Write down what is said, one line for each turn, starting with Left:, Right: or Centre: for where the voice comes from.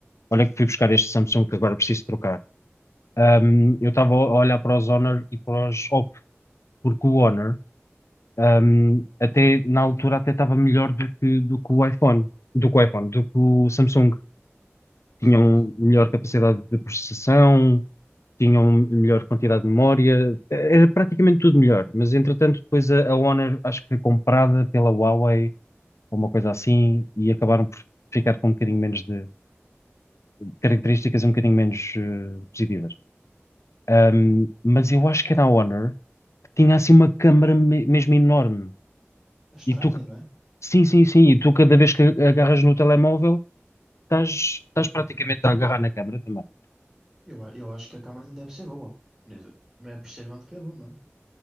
Left: olha que fui buscar este Samsung que agora preciso trocar, ahm, eu estava a olhar para os Honor e para os Oppo, porque o Honor, ahm, até na altura, até estava melhor do que, do que o iPhone, do que o iPhone, do que o Samsung. Tinham
Centre: certo?
Left: melhor capacidade de processação, tinham melhor quantidade de memória, era praticamente tudo melhor, mas entretanto depois a, a Honor acho que foi comprada pela Huawei ou uma coisa assim e acabaram por ficar com um bocadinho menos de características um bocadinho menos eh, positivas. Ahm, mas eu acho que era a Honor que tinha assim uma câmara me- mesmo enorme
Centre: É estranha,
Left: e tu,
Centre: não é?
Left: sim, sim, sim, e tu cada vez que agarras no telemóvel estás, estás praticamente a agarrar na câmara também.
Centre: Eu, a- eu acho que a câmara nem deve ser boa. Quer dizer, Não é por ser grande que é bom, não é?